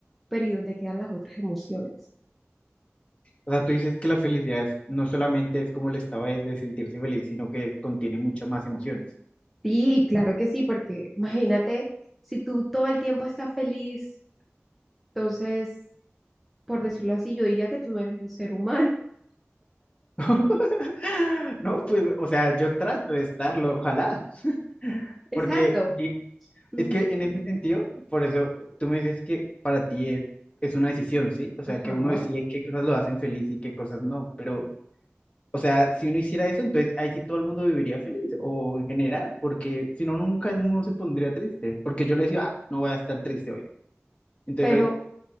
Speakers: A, in the centre; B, on the left.
A: pero ¿y dónde quedan las otras emociones?
B: o sea, tú dices que la felicidad es- no solamente es como el estado de, de sentirse feliz, sino que contiene muchas más emociones.
A: Sí, claro que sí, porque imagínate, si tú todo el tiempo estás feliz, entonces, por decirlo así, yo diría que tú no eres un ser humano. <laughs>
B: <laughs> No, pues, o sea, yo trato de estarlo, ojalá,
A: Exacto.
B: porque di-
A: Ujú.
B: Es que en ese sentido, por eso tú me dices que para ti es, es una decisión, ¿sí? O sea,
A: Ajá.
B: que uno decide qué cosas lo hacen feliz y qué cosas no, pero, o sea, si uno hiciera eso, entonces ahí sí todo el mundo viviría feliz, o en general, porque si no, nunca uno se pondría triste, porque yo le decía, ah, no voy a estar triste hoy. Entonces
A: Pero,
B: hoy,